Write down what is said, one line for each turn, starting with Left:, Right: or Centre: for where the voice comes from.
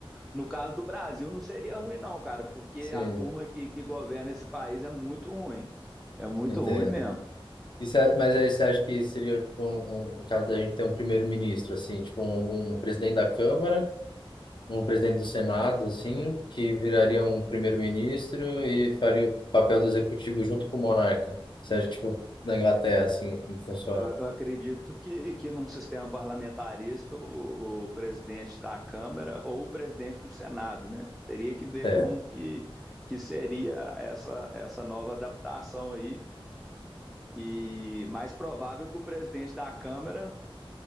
Centre: no caso do Brasil não seria ruim, não, cara, porque
Left: Sim,
Centre: a turma que, que governa esse país é muito ruim. É muito
Left: entendo.
Centre: ruim mesmo.
Left: Isso é- mas aí você acha que seria, tipo, um, um, no caso da gente ter um primeiro-ministro, assim, tipo, um, um um presidente da Câmara, um presidente do Senado, assim, que viraria um primeiro-ministro e faria o papel do executivo junto com o monarca. Você acha, tipo, na Inglaterra, assim, como funciona?
Centre: Eu acredito que, que num sistema parlamentarista, o, o presidente da Câmara ou o presidente do Senado, né? Teria que ver
Left: Certo,
Centre: como que, que seria essa, essa nova adaptação aí. E mais provável que o presidente da Câmara